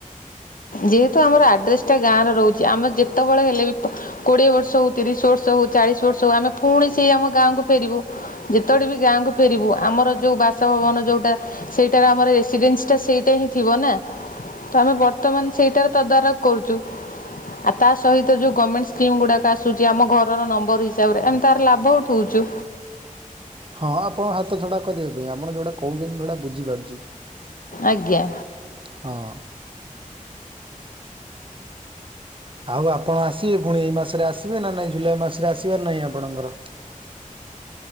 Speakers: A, on the left; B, on the right.
A: ଯେହେତୁ ଆମର ଆଡ୍ରେସଟା ଗାଁରେ ରହୁଛି ଆମର ଯେତେବେଳେ ହେଲେ ବି କୋଡିଏ ବର୍ଷ ହଉ ତିରିଶ ବର୍ଷ ହଉ ଚାଳିଶ ବର୍ଷ ହଉ ଆମେ ପୁଣି ସେଇ ଆମ ଗାଁକୁ ଫେରିବୁ। ଯେତେବେ ବି ଗାଁକୁ ଫେରିବୁ ଆମର ଯୋଉ ବାସଭବନ ଯୋଉଟା ସେଇଟାର ଆମର ରେସିଡେନ୍ସଟା ସେଇଟା ହିଁ ଥିବ ନା। ତ ଆମେ ବର୍ତ୍ତମାନ ସେଇଟାରେ ତଦାରଖ କରୁଛୁ। ଆଉ ତା ସହିତ ଯେଉଁ ଗମେଣ୍ଟ ସ୍କିମ୍ ଗୁଡ଼ାକ ଆସୁଛି ଆମ ଘରର ନମ୍ବର ହିସାବରେ ଏମିତି ତାର ଲାଭ ଉଠଉଛୁ।
B: ହଁ ଆପଣ ହାତ ଛଡ଼ା କରିବା ପାଇଁ ଆପଣ ଯେଉଁଟା କହୁଛନ୍ତି ମୁଁ ସେଟା ବୁଝିପାରୁଛି।
A: ଆଜ୍ଞା।
B: ହଁ। ଆଉ ଆପଣ ଆସିବେ ପୁଣି ଏଇ ମାସରେ ଆସିବେ ନା ନାହିଁ ଜୁଲାଇ ମାସରେ ଆସିବାର ନାହିଁ ଆପଣଙ୍କର?